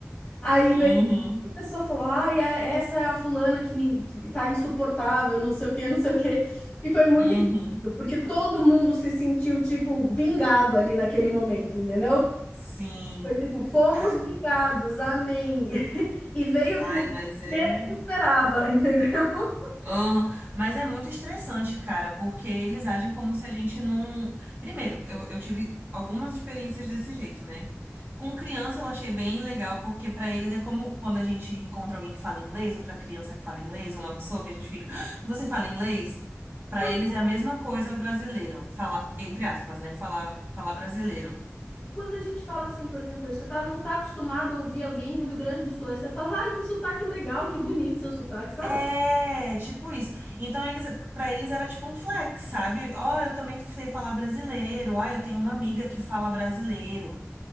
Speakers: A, on the left; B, on the right.
A: Aí
B: Uhum.
A: veio a pessoa falou, ai, é- essa é a fulana que, nin- que tá insuportável, não sei o quê, não sei o quê. E foi muito
B: Uhum.
A: engraçado, porque todo mundo se sentiu, tipo, vingado ali naquele momento, entendeu?
B: Sim.
A: Foi tipo, fomos
B: Ah,
A: vingados, amém. <laughs> E veio
B: ai,
A: do lugar
B: mas
A: que
B: é.
A: menos esperava, <laughs> entendeu?
B: Uhum. Mas é muito estressante, cara, porque eles agem como se a gente não. Primeiro, eu, eu tive algumas experiências desse jeito, né? Com criança eu achei bem legal, porque pra eles é como quando a gente encontra alguém que fala inglês, outra criança que fala inglês, ou uma pessoa que a gente fica. "Ah, Você fala inglês? Pra
A: Ou então,
B: eles é a mesma coisa o brasileiro. Falar, entre aspas, né? Falar, falar brasileiro.
A: Quando a gente fala assim, por exemplo, você tá, não tá acostumado a ouvir alguém do Rio Grande do Sul, aí você fala, ai, que sotaque legal, que bonito seu sotaque, sabe?
B: É, tipo isso. Então eles, para eles era tipo um flex, sabe? Ó, eu também sei falar brasileiro. Ah, eu tenho uma amiga que fala brasileiro.